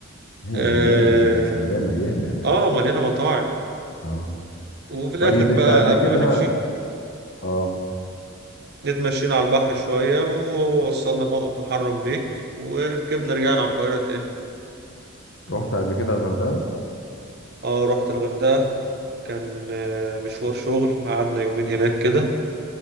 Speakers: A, on the left (about 60°); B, on the right (about 50°).
A: هي
B: اه
A: مليانة هي اسكندرية مليانة اماكن
B: آه، مليانة مطاعم
A: اه
B: وفي الآخر
A: طيب
B: بقى
A: انت قبل
B: قبل
A: كده
B: ما نمشي
A: اه
B: اتمشينا على البحر شوية ووصلنا موقف محرم بيك وركبنا رجعنا على القاهرة تاني
A: رحت قبل كده الغردقة
B: اه رحت الغردقة كان آه، مشوار شغل قعدنا يومين هناك كده